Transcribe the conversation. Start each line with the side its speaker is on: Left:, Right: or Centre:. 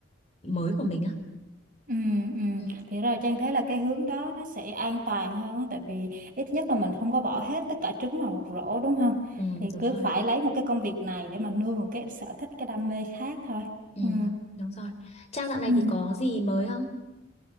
Left: mới của mình á
Right: Ừ, ừ.
Left: Ừ,
Right: Thì rồi Trang thấy là cái hướng đó nó sẽ an toàn hơn á, tại vì ít nhất là mình không có bỏ hết tất cả trứng vào một rổ đúng không?
Left: ừ,
Right: Thì
Left: đúng
Right: cứ
Left: rồi.
Right: phải lấy một cái công việc này để mà nuôi một cái sở thích cái đam mê khác thôi.
Left: ừ,
Right: Ừ.
Left: đúng rồi Trang dạo này
Right: Ừ.
Left: thì có gì mới không